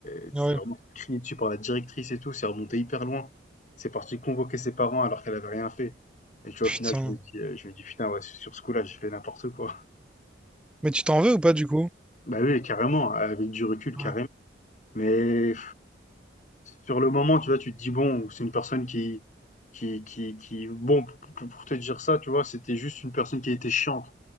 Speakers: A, on the left (about 40°); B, in the centre.
A: elle
B: Mhm.
A: s'est
B: Ouais.
A: vraiment fait dessus par la directrice et tout, c'est remonté hyper loin. C'est parti convoquer ses parents alors qu'elle avait rien fait et tu vois,
B: Putain.
A: au final, je me dis, heu, je me dis: «Putain, ouais, sur ce coup-là, j'ai fait n'importe quoi». <laughs>
B: Mais tu t'en veux ou pas, du coup?
A: Bah oui, carrément, avec du recul,
B: Ouais.
A: carrément. Mais Sur le moment, tu vois, tu te dis: «Bon, c'est une personne qui qui qui qui» bon, p p pour te dire ça, tu vois, c'était juste une personne qui était chiante.